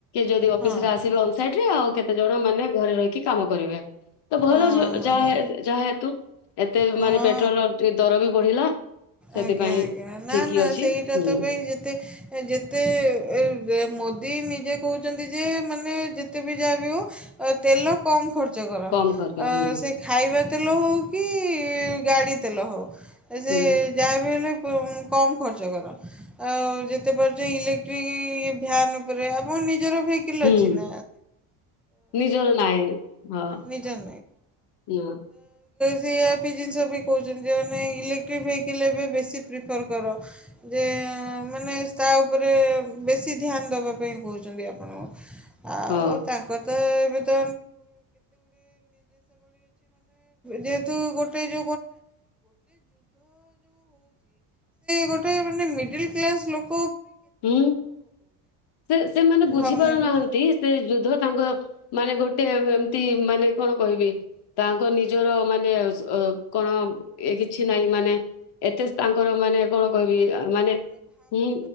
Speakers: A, on the left (about 65°); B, in the centre.
A: ଯଦି ଅିସରେ
B: ହଁ
A: ଆସିବୋଇରେ ଆଉ କେତେ ଜଣ ମାନେ ଘରେ ରହିକି କାମ କରିବେ ଭଲ
B: ଓହୋ
A: ଯାତୁ ଏତେ
B: ହଁ
A: ମାନେ ପେଟ୍ରୋଲର ଟ ଦର ବି ବଢିଲା ସେଥିପାଇଁ
B: ଆଜ୍ଞା ଆଜ୍ଞା ନା
A: ଠିକ
B: ନା
A: ଅଛି
B: ସେଇଟା
A: ହୁଁ
B: ତ ପାଇଁ ଯେତେ ଯେତେ ମୋଦି ନିଜେ କହୁଛନ୍ତି ଯେ ମାନେ ଯେତେ ବି ଯାହା ବି ହଉ ତେଲ କମ୍ ଖର୍ଚ୍ଚ କର
A: କମ ଖର୍ଚ୍ଚ ହୁଁ
B: ସେ ଖାଇବା ତେଲ ହଉ କି ଗାଡ଼ି ତେଲ ହଉ ଏ ସେ
A: ହୁଁ।
B: ଯାହାବି ହେଲେ କମ୍ ଖର୍ଚ୍ଚ କର ଆଉ ଯେତେ ପାରୁଛ ଇଲେକ୍ଟ୍ରିକ ଇ ଭ୍ୟାନ ଉପରେ ଆ ନି ଭ
A: ହୁଁ
B: ଅଛି ନ
A: ନିଜର ନାଇଁ ହଁ
B: ନିଜର
A: ହଁ
B: ସେଆ ବି ଜିନିଷ ବି କହୁଛନ୍ତି ଯେ ମାନେ ଇଲେକ୍ଟ୍ରିକ୍ ଭେକଲ ଏବେ ବେଶୀ ପ୍ରିଫର୍ କର ଯେ ମାନ ତା ଉପରେ ବେଶ ନ ଦେବା ପାଇଁ କହୁଛନ୍ତି ଆପଣ ଆଉ
A: ହଁ
B: ତାଙ୍କର ତ ଏବେ ନ ଯେଟ ଗଟ ଯ ଗ ପଜନ
A: ହୁଁ ସେ ସେମାନେ ବୁଝି
B: ଭାବୁନାହାନ୍ତି।
A: ପାରୁନାହାନ୍ତି ସେ ଯୁଦ୍ଧ ତାଙ୍କ ମାନେ ଗୋଟେ ଏମତି ମାନେ କଣ କହିବି ତାଙ୍କ ନିଜର ମାନେ କଣ ଏ କିଛି ନାହିଁ ମାନେ ଏତେ ତାଙ୍କର ମାନେ କଣ କହିବି ମାନେ ହୁଁ